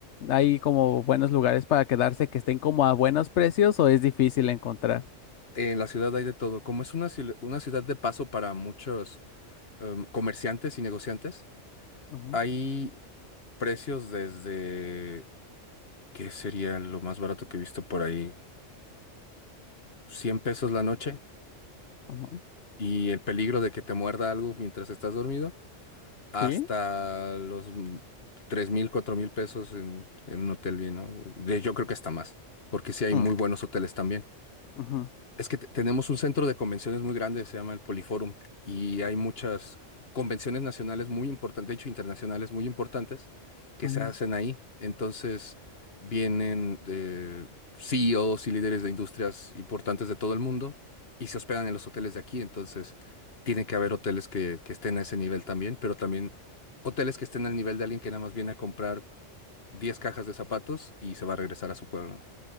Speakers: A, on the left (about 70°); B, on the left (about 55°).
A: ¿hay como buenos lugares para quedarse que estén como a buenos precios o es difícil encontrar?
B: en la ciudad hay de todo. Como es una, ciu- una ciudad de paso para muchos em, comerciantes y negociantes,
A: Ujú,
B: hay precios desde, ¿qué sería lo más barato que he visto por ahí? cien pesos la noche
A: ujú.
B: y el peligro de que te muerda algo mientras estás dormido, hasta
A: ¿Sí?
B: los tres mil, cuatro mil pesos en, en un hotel bien, ¿no? De- Yo creo que hasta más, porque sí hay
A: Mm,
B: muy buenos hoteles también.
A: ujú.
B: Es que te- tenemos un centro de convenciones muy grande, se llama el Poliforum, y hay muchas convenciones nacionales muy importantes, de hecho internacionales muy importantes, que
A: No.
B: se hacen ahí. Entonces vienen eh, CEOs y líderes de industrias importantes de todo el mundo y se hospedan en los hoteles de aquí. Entonces tiene que haber hoteles que, que estén a ese nivel también, pero también hoteles que estén al nivel de alguien que nada más viene a comprar 10 cajas de zapatos y se va a regresar a su pueblo.